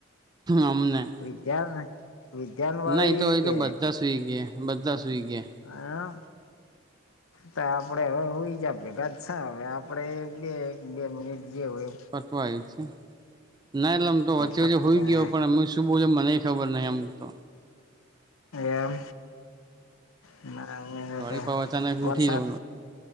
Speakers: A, on the right; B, on the left.
A: અમને
B: વિદ્યાન ને વિદ્યાન વાળી
A: ના એ તો એ
B: કે
A: તો બધા સુઈ ગયા બધ્ધા સુઈ ગયા.
B: આ તા આપડે હવે હુઈ જ્યા ભેગા જ સ હવે આપડે બે એક બે મિનિટ જે હોય
A: પટવા આયુ છે એમ ના એટલે ઓમ તો વચ્ચે
B: પતી
A: વચ્ચે હુઇ
B: જાય
A: ગયો પણ એમજ શું બોલો મને ખબર નહી એમ તો.
B: એમ <unintelligible> નાતે
A: વળી પાવ અચાનક
B: વરસાદ
A: ઉઠી જઉ